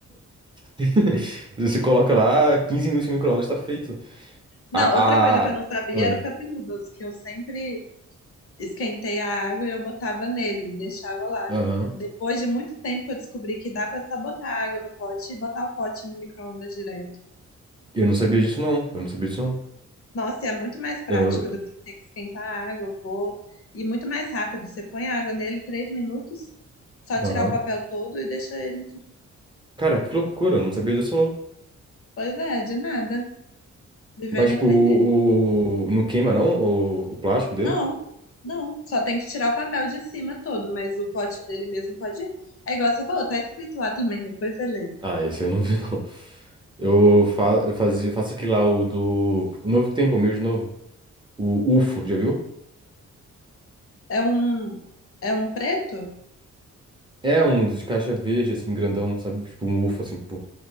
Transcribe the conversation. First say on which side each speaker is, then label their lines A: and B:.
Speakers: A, on the right; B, on the left.
A: <laughs> Você coloca lá, 15 minutos no micro-ondas, tá feito.
B: Não,
A: A,
B: outra coisa que
A: a...
B: eu não sabia
A: Oi.
B: era o cup noodles, que eu sempre esquentei a água e eu botava nele, deixava lá.
A: Aham.
B: Depois de muito tempo que eu descobri que dá pra só botar água no pote e botar o pote no micro-ondas direto.
A: Eu não sabia disso, não. Eu não sabia disso, não.
B: Nossa, e é muito mais prático
A: Eu...
B: do que ter que esquentar a água, pô. E muito mais rápido. Você põe a água nele três minutos, só tirar
A: Aham.
B: o papel todo e deixa ele.
A: Cara, que loucura. Eu não sabia disso, não.
B: Pois é, de nada. Vivendo
A: Mas, tipo,
B: e aprendendo.
A: o... o- não queima, não? O... o plástico dele?
B: Não, não. Só tem que tirar o papel de cima todo, mas o pote dele mesmo pode ir. É igual você falou, tá escrito lá também, depois você lê.
A: Ah, esse eu não vi, <laughs> não. Eu, fa... eu fazia... faço aquele lá, o do... O novo que tem, pô, o meu de novo. O UFO, já viu?
B: É um, é um preto
A: É um de caixa verde, assim, grandão, sabe? Tipo, um UFO, assim, pô.